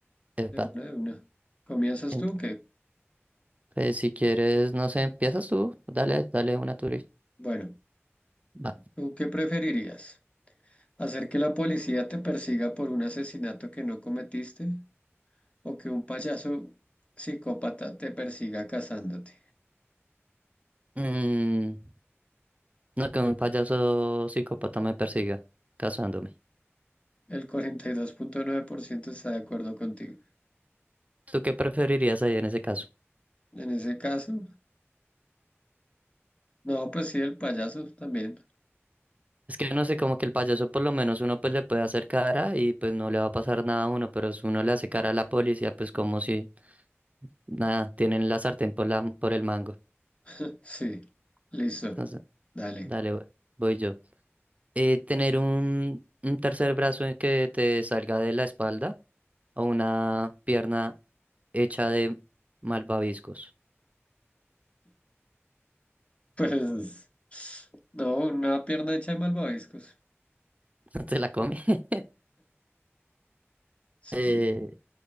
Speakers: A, on the right (about 30°); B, on the left (about 25°).
A: Epa,
B: de una, de una. ¿Comienzas
A: ent-
B: tú? ¿Qué?
A: pues, si quieres, no sé, empiezas tú, dale, dale una tuya.
B: Bueno,
A: Va.
B: ¿tú qué preferirías? ¿Hacer que la policía te persiga por un asesinato que no cometiste o que un payaso psicópata te persiga cazándote?
A: Mm, no que un payaso psicópata me persiga, casándome.
B: El cuarenta y dos punto nueve por ciento está de acuerdo contigo.
A: ¿Tú qué preferirías ahí en ese caso?
B: En ese caso, no, pues sí, el payaso también.
A: Es que no sé, como que el payaso por lo menos uno pues le puede hacer cara y pues no le va a pasar nada a uno, pero si uno le hace cara a la policía, pues como si nada, tienen la sartén por la, por el mango.
B: <laughs> Sí, listo.
A: Entonces,
B: Dale.
A: dale, voy yo. eh, tener un, un tercer brazo en que te salga de la espalda o una pierna hecha de malvaviscos.
B: Pues no, una pierna hecha de malvaviscos.
A: <laughs> ¿No ¿Te la come? <laughs>
B: Sí,
A: Eh,